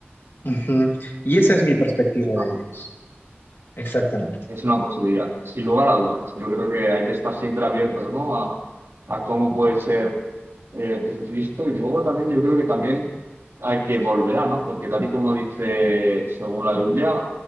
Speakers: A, on the left; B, on the right.
A: Ujú. Y esa es mi perspectiva
B: es
A: de
B: una
A: Dios. Exactamente.
B: es una posibilidad, sin lugar a dudas. Yo creo que hay que estar siempre abiertos, ¿no? A, a cómo puede ser eh, Jesucristo. Y luego también yo creo que también hay que volverá, ¿no? Porque tal y como dice según la Biblia,